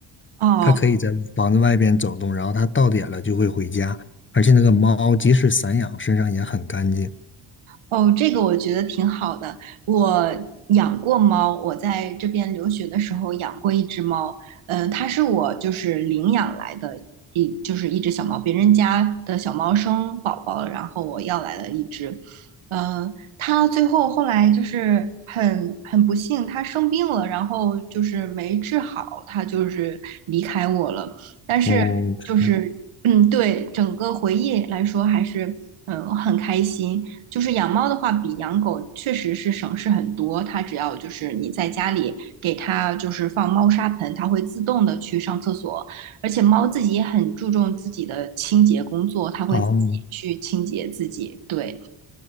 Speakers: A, on the right; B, on the left.
A: 哦，
B: 它可以在房子外边走动，然后它到点了就会回家。而且那个猫即使散养，身上也很干净。
A: 哦，这个我觉得挺好的。我养过猫，我在这边留学的时候养过一只猫，嗯、它是我就是领养来的一，就是一只小猫，别人家的小猫生宝宝了，然后我要来了一只，嗯、它最后后来就是很很不幸，它生病了，然后就是没治好，它就是离开我了，但是就是。
B: 哦，这样。
A: 嗯，对，整个回忆来说还是嗯很开心。就是养猫的话，比养狗确实是省事很多。它只要就是你在家里给它就是放猫砂盆，它会自动的去上厕所。而且猫自己也很注重自己的清洁工作，它会自己去清洁自己。
B: 哦，
A: 对，